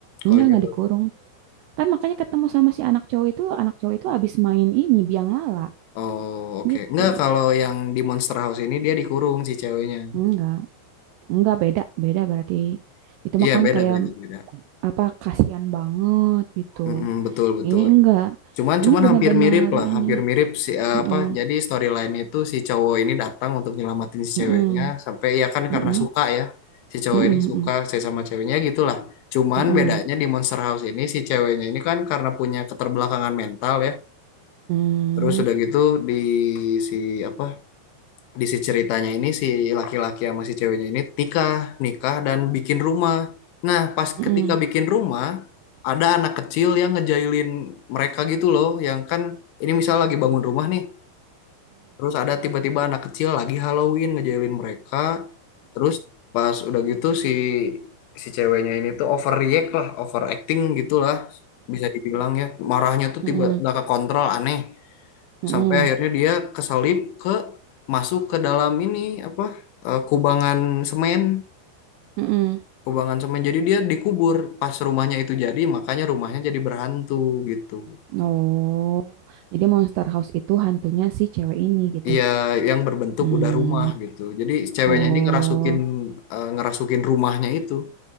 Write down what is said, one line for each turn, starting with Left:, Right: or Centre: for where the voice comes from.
Left: Kalau
Right: Enggak,
Left: dia
Right: enggak dikurung. Kan makanya ketemu sama si anak cowok itu, anak cowok itu abis main ini biang lala
Left: Oh, oke.
Right: gitu.
Left: Enggak, kalau yang di Monster House ini dia dikurung si ceweknya.
Right: Enggak, enggak beda, beda berarti itu
Left: Iya,
Right: mah kan
Left: beda,
Right: kayak
Left: beda, beda.
Right: apa kasihan banget gitu.
Left: Mm-mm, betul, betul.
Right: Ini enggak,
Left: Cuman,
Right: ini
Left: cuman
Right: benar-benar
Left: hampir mirip lah,
Right: ini.
Left: hampir mirip si eh,
Right: Heeh,
Left: apa? Jadi storyline itu si cowok ini datang untuk nyelamatin si
Right: heeh,
Left: ceweknya sampai ya kan
Right: heeh,
Left: karena suka ya. Si cowok
Right: heeh,
Left: ini suka saya sama ceweknya gitulah. Cuman
Right: heeh, heeh,
Left: bedanya di Monster House ini si ceweknya ini kan karena punya keterbelakangan mental ya.
Right: heeh,
Left: Terus udah gitu di si apa di si ceritanya ini si laki-laki sama si ceweknya ini nikah, nikah dan bikin rumah. Nah, pas
Right: heeh,
Left: ketika
Right: heeh, heeh,
Left: bikin rumah, ada anak kecil yang ngejailin mereka gitu loh, yang kan ini misal lagi bangun rumah nih, terus ada tiba-tiba anak kecil lagi Halloween ngejailin mereka, terus pas udah gitu si si ceweknya ini tuh overreact lah, overacting gitulah, bisa dibilang ya, marahnya tuh
Right: heeh,
Left: tiba
Right: heeh,
Left: nggak kekontrol aneh
Right: heeh,
Left: sampai akhirnya dia keselip ke masuk ke dalam ini apa eh, kubangan semen
Right: heeh.
Left: kubangan semen jadi dia dikubur pas rumahnya itu jadi makanya rumahnya jadi berhantu gitu
Right: Oh, jadi Monster House itu hantunya si cewek ini gitu.
Left: iya yang berbentuk
Right: Hmm,
Left: udah rumah gitu jadi ceweknya
Right: Oh,
Left: ini ngerasukin eh, ngerasukin rumahnya itu